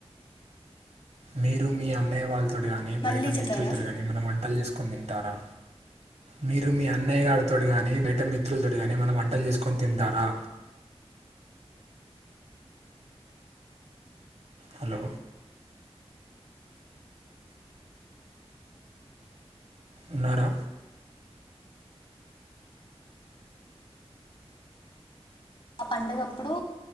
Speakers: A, on the right (about 85°); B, on the left (about 55°).
A: మీరు మీ అన్నయ్య వాళ్ళతోటి గానీ
B: మళ్ళీ
A: బయట
B: చెప్తారా
A: మిత్రులతోటి గాని ఏమన్నా వంటలు చేసుకొని తింటారా మీరు మీ అన్నయ్య గారితోటి గానీ బయట మిత్రులతోటి గానీ ఏమన్నా వంటలు చేసుకొని తింటారా హలో ఉన్నారా
B: ఆ పండగప్పుడు